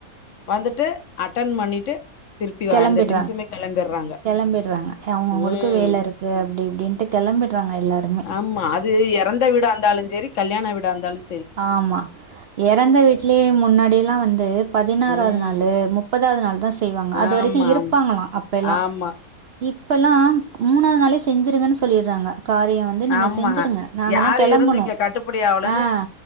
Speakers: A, on the left; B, on the right.
A: வந்துட்டு அட்டன் பண்ணிட்டு திருப்பி
B: கிளம்படுறாங்க
A: அந்த நிமிஷமே கெளம்பிட்றாங்க
B: கிளம்படுறாங்க அவங்கவுங்களுக்கு
A: ம்
B: வேல இருக்கு அப்டி இப்டின்ட்டு கிளம்படுறாங்க எல்லாருமே
A: ஆமா அது எறந்த வீடா இருந்தாலு செரி கல்யாண வீட இந்தாலும் ச
B: ஆமா இறந்த வீட்லயே முன்னாடிய எல்லாம் வந்து பதினாறாவது
A: ம்
B: நாளு முப்பதாவது நாள்தா செய்வாங்க அது
A: ஆமா
B: வரைக்கும் இருப்பாங்களா
A: ஆமா
B: அப்ப எல்லா
A: ஆமா
B: இப்பல்லாம் மூணாவது நாளே செஞ்சிருவேன் சொல்லிறாங்க காரியம் வந்து நீங்க
A: ஆமா
B: செஞ்சுருங்க நாங்கல்லாம்
A: யாரு
B: களம்பனும்
A: இருந்து இங்க கட்டுப்படி ஆவலன்னு
B: ஆஹ